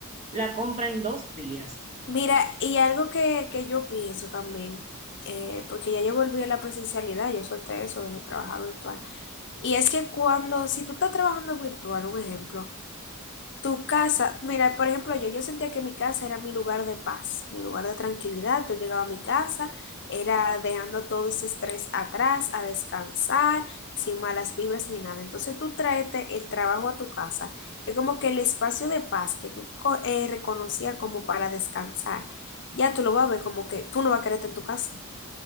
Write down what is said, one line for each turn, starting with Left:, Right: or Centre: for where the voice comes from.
Right: la compra en dos días.
Left: Mira, y algo que, que yo pienso también, eh, porque ya yo volví a la presencialidad, yo solté eso de trabajar virtual. Y es que cuando, si tú estás trabajando virtual, un ejemplo, tu casa, mira, por ejemplo, yo, yo sentía que mi casa era mi lugar de paz, mi lugar de tranquilidad. Yo llegaba a mi casa, era dejando todo ese estrés atrás, a descansar, sin malas vibras ni nada. Entonces tú tráete el trabajo a tu casa. Es como que el espacio de paz que tú co- eh, reconocías como para descansar, ya tú lo vas a ver como que tú no vas a quererte en tu casa.